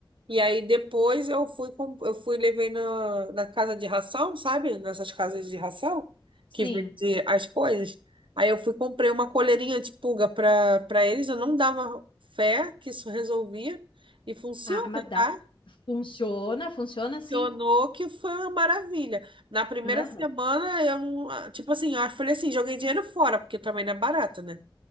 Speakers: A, on the right; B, on the left.
A: E aí depois eu fui, com- eu fui levei na, na casa de ração, sabe? Nessas casas de ração
B: sim.
A: que vende as coisas. Aí eu fui e comprei uma coleirinha de pulga para para eles. Eu não dava fé que isso resolvia e funciona,
B: Ah, mas dá.
A: tá?
B: Funciona, funciona
A: Funcionou
B: sim.
A: que foi uma maravilha. Na primeira
B: Aham.
A: semana eu, não- ah, tipo assim, eu falei assim, joguei dinheiro fora, porque também não é barato, né?